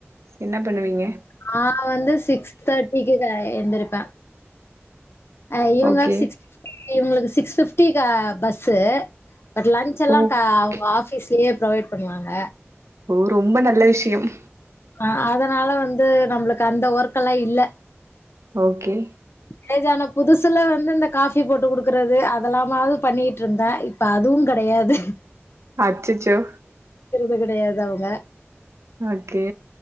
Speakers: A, on the right; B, on the left.
A: என்ன பண்ணுவீங்க
B: நா வந்து சிக்ஸ் தேர்ட்டிக்குதா எந்திருப்போ அ இவுங்க
A: ஓகே
B: சிக் இவுங்குளுக்கு சிக்ஸ் ஃபிப்டிக்கு பஸ்ஸு பட் லன்ச்செல்லா
A: ஓகே
B: க அவுங்க ஆஃபீஸ்லயே ப்ரொவைட் பண்ணுவாங்க
A: ஓ ரொம்ப நல்ல விஷ்யம்
B: அ அதனால வந்து நம்ளுக்கு அந்த ஒர்க்கெல்லா இல்ல
A: ஓகே
B: மேரேஜானா புதுசுல வந்து இந்த காஃபி போட்டு குடுக்கறது அதெல்லாமாவது பண்ணீட்ருந்தே இப்ப அதுவுங் கெடையாது
A: அச்சச்சோ
B: <inaudible> கெடையாது அவுங்க
A: ஓகே